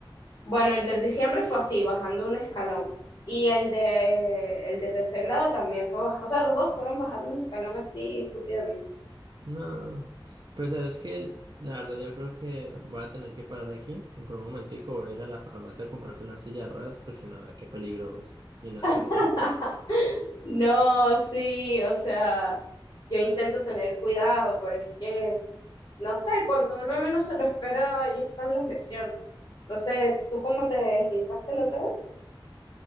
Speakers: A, on the left; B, on the right.
A: Bueno, el de diciembre fue así, bajando un escalón. Y el de, el de tercer grado también fue, baja- o sea, los dos fueron bajando un escalón así estúpidamente.
B: No. Pues es que, la verdad, yo creo que voy a tener que parar aquí por un momentico. Voy a ir a la farmacia a comprarte una silla de ruedas porque no, qué peligro vos, y una escalera.
A: <laughs> No, sí, o sea, yo intento tener cuidado, pero es que, no sé, cuando uno menos se lo espera, ahí están las lesiones. No sé, ¿tú cómo te esguinzaste la otra vez?